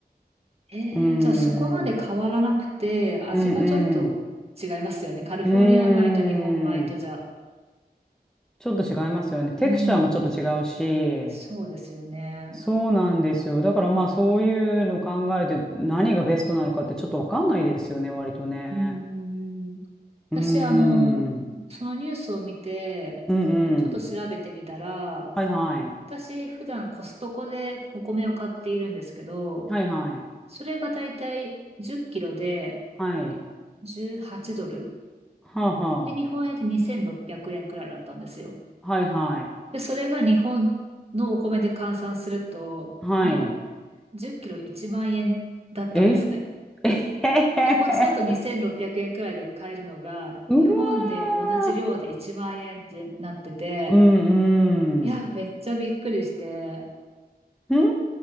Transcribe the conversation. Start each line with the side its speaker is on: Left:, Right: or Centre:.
Right: ええ、
Centre: ーん、
Right: じゃあそこまで変わらなくて、
Centre: うん
Right: 味がちょっと違いますよね。
Centre: うん、
Right: カリフォルニア米と日本米とじゃ、
Centre: うーん。ちょっと違いますよね。テクスチャーもちょっと違うし。
Right: うん、そうですよね。
Centre: そうなんですよ。だからまあそういうの考えて何がベストなのかってちょっとわかんないですよね、割とね。
Right: うん、私、
Centre: うーん、
Right: あの、
Centre: うん
Right: そのニュースを見て、
Centre: うん。
Right: ちょっと調べてみたら、
Centre: はいはい。
Right: 私、普段コストコでお米を買っているんですけど、
Centre: はいはい。
Right: それがだいたい10キロで
Centre: はい。
Right: 18ドル。
Centre: はあは
Right: で、日本円で2600円くえんくらいだったんですよ。
Centre: あ。はいはい。
Right: で、それが日本のお米で換算すると、
Centre: はい。
Right: 日本、10キロ1万円だったんですね。
Centre: ええへへへへ
Right: でこっちだと2600円くえんくらいで買えるのが、
Centre: <laughs> うわー。
Right: 日本で同じ量で1万円ってなってて、
Centre: うんうん。
Right: いや、めっちゃびっくりして、
Centre: うん